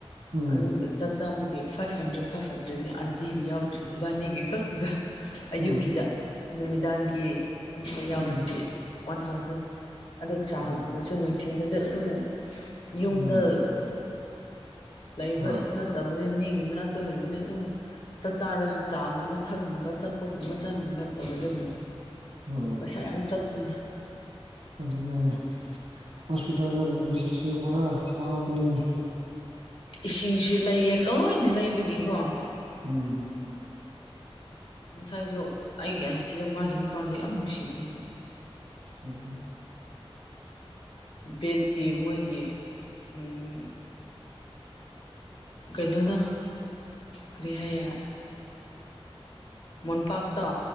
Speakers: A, on the right; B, on the left.
A: ꯎꯝ
B: ꯑꯗꯨꯒꯤ ꯆꯠ ꯆꯥꯝꯕꯒꯤ ꯐꯥꯏꯚ ꯍꯟꯗ꯭ꯔꯦꯗ ꯐꯥꯏꯚ ꯍꯟꯗ꯭ꯔꯦꯗꯅꯤ ꯑꯟꯇꯤꯒꯤ ꯌꯥꯎꯗ꯭ꯔꯦ ꯏꯕꯥꯅꯤꯒꯤ ꯈꯛꯇꯨꯗ ꯑꯌꯨꯛꯀꯤꯗ
A: ꯎꯝ
B: ꯅꯨꯃꯤꯗꯥꯡꯒꯤ ꯑꯃꯝꯇ ꯌꯥꯎꯔꯗꯤ
A: ꯎꯝ
B: ꯋꯥꯟ ꯊꯥꯎꯖꯟ ꯑꯗꯨ ꯆꯥꯒꯨꯝꯕꯁꯨ
A: ꯎꯝ
B: ꯅꯨꯡꯊꯤꯟꯗꯨꯗ ꯑꯗꯨꯝ ꯌꯨꯝꯗ
A: ꯎꯝ
B: ꯂꯩꯕ
A: ꯍꯣꯏ
B: ꯅꯠ ꯐꯠꯇꯕꯅꯤ ꯃꯤꯒꯤ ꯃꯅꯥꯛꯇ ꯂꯩꯕꯅꯤ ꯑꯗꯨꯝ ꯆꯥꯛ ꯆꯥꯔꯁꯨ ꯆꯥꯒꯨꯝꯕ ꯊꯛꯅꯤꯡꯕ ꯑꯆꯥꯄꯣꯠ ꯀꯨꯝꯕ ꯆꯥꯅꯤꯡꯕ ꯇꯧꯋꯤꯗꯅ
A: ꯎꯝ
B: ꯄꯩꯁꯥ ꯌꯥꯝ ꯆꯠꯄꯅꯦ
A: ꯑꯗꯨꯅꯦꯃꯦ ꯍꯣꯁꯄꯤꯇꯥꯜꯗ ꯂꯩꯕꯁꯤꯁꯨ ꯄꯨꯔꯥ ꯋꯥꯕꯅꯤꯅꯦ
B: ꯏꯁꯤꯡꯁꯨ ꯂꯩꯌꯦ ꯂꯣꯏꯅ ꯂꯩꯕꯒꯤꯀꯣ
A: ꯎꯝ
B: ꯉꯁꯥꯏꯗꯣ ꯑꯩꯒꯤ ꯑꯟꯇꯤꯗꯣ ꯃꯥꯒꯤ ꯅꯨꯄꯥꯗꯣ ꯌꯥꯝ ꯅꯨꯡꯁꯤꯕꯅꯦꯕ
A: ꯎꯝ ꯎꯝ
B: ꯕꯦꯠꯀꯤ ꯃꯣꯏꯒꯤ ꯎꯝ ꯀꯩꯅꯣꯗꯣ ꯀꯔꯤ ꯍꯥꯌꯦ ꯃꯣꯟꯄꯥꯛꯇꯣ